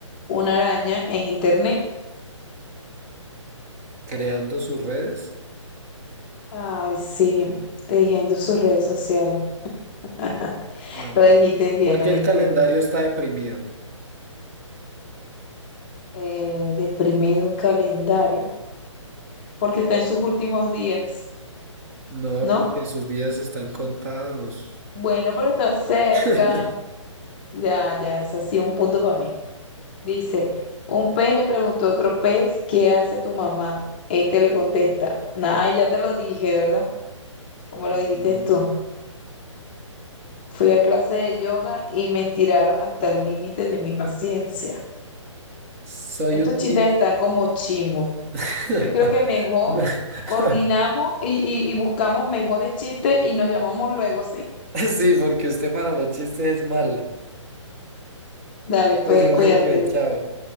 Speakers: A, on the left; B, on the right.
A: una araña en internet?
B: Creando sus redes.
A: Ay, sí, tejiendo sus redes sociales. <laughs>
B: Ah.
A: Lo dijiste bien,
B: ¿Por
A: lo
B: qué
A: dijiste
B: el calendario
A: bien.
B: está deprimido?
A: Eh, deprimido un calendario, porque está en sus últimos días,
B: No,
A: ¿no?
B: porque sus días están contados.
A: Bueno, pero está cerca.
B: <laughs>
A: Ya, ya, es así un punto para mí. Dice, un pez le preguntó a otro pez, ¿qué hace tu mamá? Este le contesta, "Na- ay, ya te lo dije, ¿verdad? como
B: Mm,
A: lo dijiste tú. Fui a clase de yoga y me estiraron hasta el límite de mi paciencia.
B: Soy
A: Estos
B: un
A: chistes
B: tip.
A: están como chimbos.
B: <laughs>
A: Yo creo que mejor coordinamos
B: <laughs>
A: y, y y buscamos mejores chistes y nos llamamos luego, ¿sí?
B: Sí, porque usted para los chistes es mala.
A: Dale,
B: Bueno,
A: pues cuídate.
B: dale pues, chao.